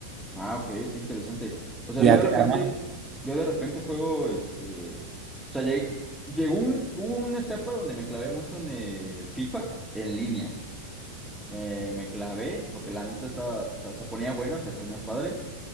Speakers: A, in the centre; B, on the right.
A: Ah, ok, está interesante. O sea,
B: Y
A: yo
B: a
A: de
B: ti,
A: repente,
B: hermano.
A: yo de repente juego este. O sea, lleg- llegó un, hubo una etapa donde me clavé mucho en el FIFA en línea. Me, me clavé, porque la neta estaba, estaba- se ponía bueno, se ponían padre.